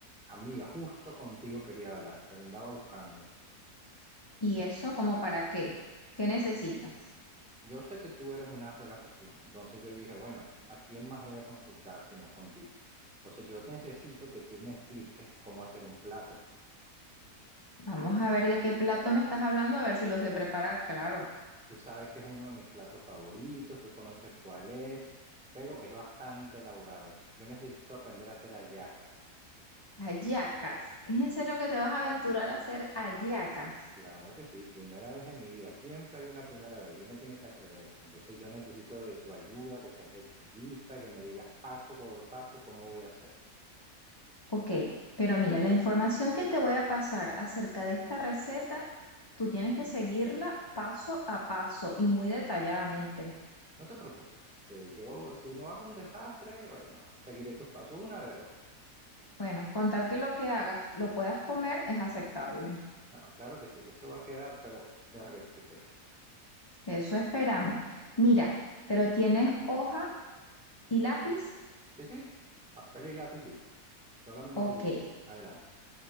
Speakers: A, in the centre; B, on the left (about 25°).
A: Amiga, justo contigo quería hablar, te andaba buscando.
B: ¿Y eso como para qué? ¿Qué
A: Bueno,
B: necesitas?
A: yo sé que tú eres un as de la cocina, entonces yo dije, bueno, ¿a quién más voy a consultar si no es contigo? Entonces yo te necesito que tú me expliques cómo hacer un plato.
B: Vamos a ver de qué plato me estás hablando, a ver si lo sé preparar, claro.
A: Tú sabes que es uno de mis platos favoritos, tú conoces cuál es, pero es bastante elaborado. Yo necesito aprender a hacer hallacas.
B: Hallacas. ¿Es en serio que te vas a aventurar a hacer hallacas?
A: Claro que sí, primera vez en mi vida, siempre hay una primera vez y uno tiene que atreverse. Entonces yo necesito de tu ayuda, que seas detallista, que me digas paso por paso cómo voy a hacer.
B: Ok, pero mira, la información que te voy a pasar acerca de esta receta, tú tienes que seguirla paso a paso y muy detalladamente.
A: No te preocupes, que yo si no hago un desastre, bueno, seguiré tus pasos, una de dos.
B: Bueno, con tal que lo que hagas lo puedas comer es aceptable.
A: No, no, claro que sí, eso va a quedar, pero de rechupete.
B: Eso esperamos. Mira, pero ¿tienes hoja y lápiz?
A: Sí, sí, papel y lápiz listo. Solamente
B: Ok,
A: dime, adelante.